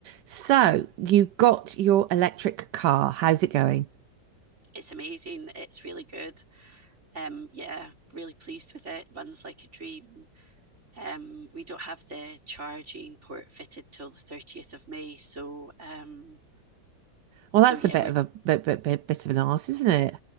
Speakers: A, on the right; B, on the right.
A: So you got your electric car. How's it going?
B: it's amazing. It's really good. Um, yeah, really pleased with it. Runs like a dream. Um, we don't have the charging port fitted till the 30th of May. So, um,
A: Well,
B: so
A: that's
B: yeah,
A: a bit
B: we're
A: of a bit bit bit, bit of an arse, isn't it?